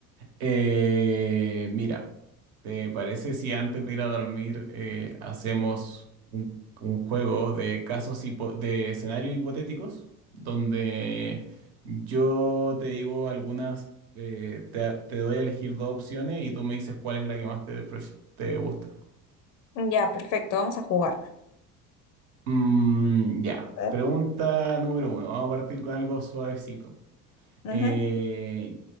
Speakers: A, on the right (about 60°); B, on the left (about 35°).
A: Eh, mira, ¿te parece si antes de ir a dormir eh, hacemos un, un juego de casos hipo- de escenarios hipotéticos donde yo te digo algunas, eh, te, te doy a elegir dos opciones y tú me dices cuál es la que más te, pref- te gusta?
B: Mm. Ya, perfecto, vamos a jugar.
A: Mm, ya,
B: A ver.
A: pregunta número uno. Vamos a partir con algo suavecito.
B: Ujú.
A: Eh,